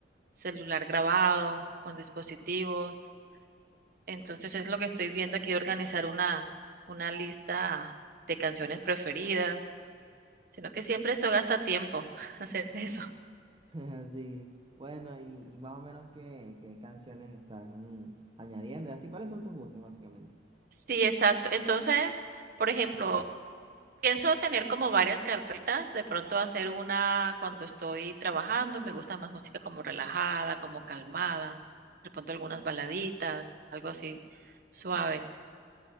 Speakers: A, on the right; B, on the right.
A: celular grabado, con dispositivos. Entonces es lo que estoy viendo aquí de organizar una, una lista de canciones preferidas, sino que siempre esto gasta tiempo <laughs> hacer eso.
B: <laughs> Sí, bueno, y, y más o menos qué, qué canciones estás mm, añadiendo, y así, ¿cuáles son tus gustos básicamente?
A: Sí, exacto. Entonces, por ejemplo, pienso tener como varias carpetas, de pronto hacer una cuando estoy trabajando, me gusta más música como relajada, como calmada, de pronto algunas baladitas, algo así suave.